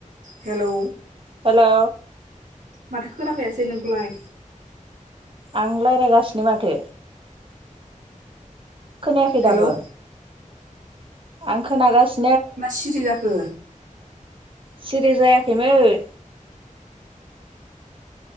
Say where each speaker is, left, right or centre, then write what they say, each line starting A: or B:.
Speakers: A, on the right (about 90°); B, on the right (about 40°).
A: हेल'
B: हेलौ
A: माथो खोनाफैयासै नोंनिखौलाय?
B: आं रायज्लायगासिनो माथो ।खोनायाखै
A: हेलौ
B: दाबो? आं खोनागासिनो।
A: मा सिरि जाखो?
B: सिरि जायाखैमोन।